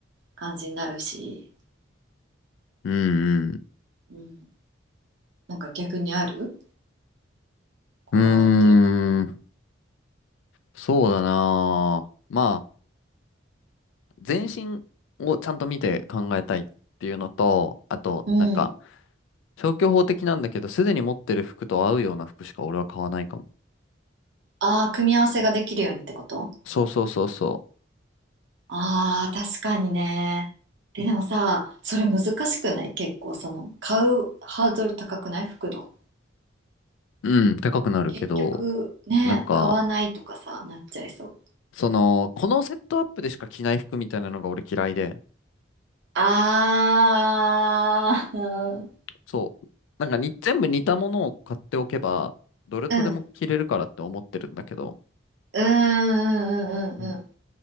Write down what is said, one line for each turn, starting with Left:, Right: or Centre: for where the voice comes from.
Right: 感じになるし。
Left: うん、
Right: うん。なんか逆にあるこだわってる。
Left: うん。うーん。そうだな。まあ、全身をちゃんと見て考えたいっていうのと、あと、
Right: うん。
Left: なんか、消去法的なんだけど、すでに持ってる服と合うような服しか俺は買わないかも。
Right: ああ、組み合わせができるようにってこと
Left: そうそうそうそ
Right: ああー、確かにね。え、でもさ、それ難しくない結構、その、買うハードル高くない服の。
Left: う。うん、高くなるけど、
Right: 結局ね、
Left: なんか、
Right: 買わないとかさ、なっちゃいそう。
Left: その、このセットアップでしか着ない服みたいなのが俺嫌いで、
Right: あー、う
Left: そう。なんかに、全部似たものを買っておけば、どれとでも着れるからって思ってるんだけど、
Right: ん、うん、うん、うん、
Left: うん。
Right: うん。